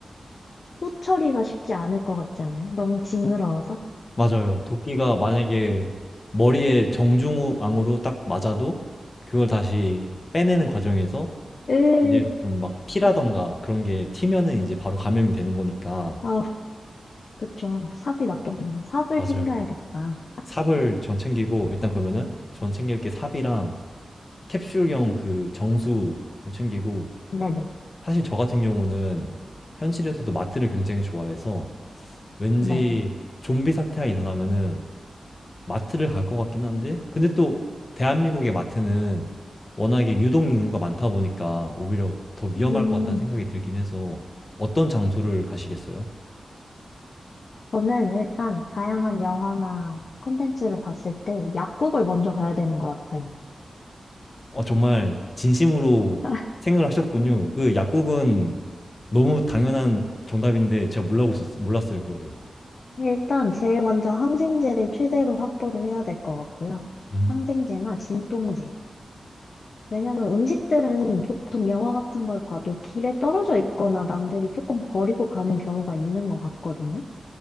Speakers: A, on the left; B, on the left.
A: 후 처리가 쉽지 않을 것 같지 않아요? 너무 징그러워서.
B: 맞아요. 도끼가 만약에 머리에 정중앙으로 딱 맞아도 그걸 다시 빼내는 과정에서
A: 으,
B: 이제 좀 막 피라던가 그런 게 튀면은 이제 바로 감염이 되는 거니까.
A: 아, 그쵸. 삽이 낫겠네요. 삽을
B: 맞아요.
A: 챙겨야겠다.
B: 삽을 전 챙기고, 일단 그러면은 전 챙길 게 삽이랑 캡슐형 그 정수 그걸 챙기고
A: 네네.
B: 사실 저 같은 경우는 현실에서도 마트를 굉장히 좋아해서 왠지
A: 네. 네.
B: 좀비 사태가 일어나면은 마트를 갈 것 같긴 한데 근데 또 대한민국의 마트는 워낙에 유동 인구가 많다 보니까 오히려 더 위험할
A: 음,
B: 것 같다는 생각이 들긴 해서 어떤 장소를 가시겠어요?
A: 저는 일단 다양한 영화나 콘텐츠를 봤을 때 약국을 먼저 가야 되는 것 같아요.
B: 어, 정말 진심으로
A: <laughs>
B: 생각을 하셨군요. 그 약국은 너무 당연한 정답인데 제가 몰라고 있었, 몰랐어요, 그거를.
A: 일단 제일 먼저 항생제를 최대로 확보를 해야 될 것 같고요.
B: 음.
A: 항생제나 진통제. 왜냐하면 음식들은 보통 영화 같은 걸 봐도 길에 떨어져 있거나 남들이 조금 버리고 가는 경우가 있는 것 같거든요.